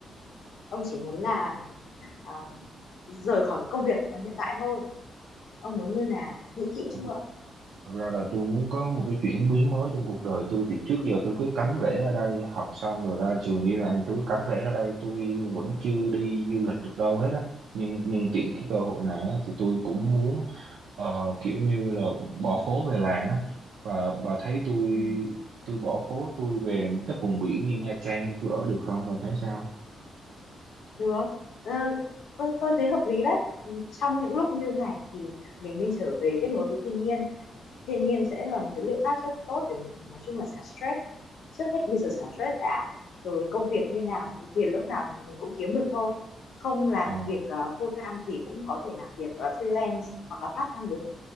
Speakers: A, on the left; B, on the right.
A: ông chỉ muốn là à, rời khỏi cái công việc ở hiện tại thôi ông muốn như nào nghĩ kỹ chưa
B: Thực ra Thật ra là tôi muốn có một cái chuyển biến mới trong cuộc đời tôi thì trước giờ tôi cứ cắm rễ ở đây học xong rồi ra trường đi làm tôi cứ cắm rễ ở đây tôi vẫn chưa đi du lịch được đâu hết á nhưng nhưng tiện cái cơ hội này á, thì tôi cũng muốn ờ, kiểu như là bỏ phố về làng á và bà thấy tôi
A: Ừ.
B: tôi bỏ phố tôi về các vùng biển như Nha Trang tôi ở được không bà thấy sao
A: được Ờ, tôi tôi thấy hợp lý đấy trong những lúc như này thì mình nên trở về kết nối với thiên nhiên thiên nhiên sẽ là một cái liệu pháp rất tốt để nói chung là xả stress trước hết bây giờ xả stress đã rồi công việc như nào thì tiền lúc nào mình cũng kiếm được thôi không làm
B: ờ
A: việc ờ, full time thì cũng có thể làm việc ờ, freelance hoặc là part time được